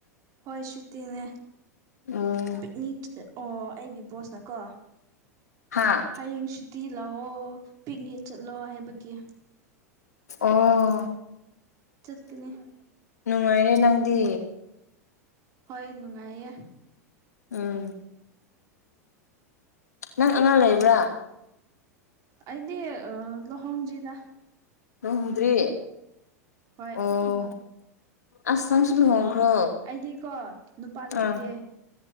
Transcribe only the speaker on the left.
ꯎꯝ
ꯍꯥ
ꯑꯣ
ꯅꯨꯡꯉꯥꯏꯔꯦ ꯅꯪꯗꯤ
ꯎꯝ
ꯅꯪ ꯑꯉꯥꯡ ꯂꯩꯕ꯭ꯔꯥ
ꯂꯨꯍꯣꯡꯗ꯭ꯔꯤ
ꯑꯣ ꯑꯁ ꯅꯪꯁꯨ ꯂꯨꯍꯣꯡꯈ꯭ꯔꯣ
ꯑꯥ